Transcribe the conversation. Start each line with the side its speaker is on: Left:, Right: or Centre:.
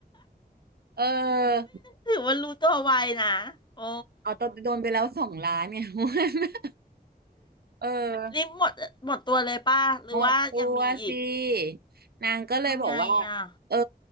Right: เออ
Left: ถือว่ารู้ตัวไวนะโอ้
Right: เอาตอนโดนไปแล้วสองล้านไง <laughs> นเออ
Left: นี่หมดหมดตัวเลยป่ะหรือว่ายังมีอีก
Right: หมดตัวสินางก็เลยบอกว่า
Left: ทำไงอ่ะ
Right: เออ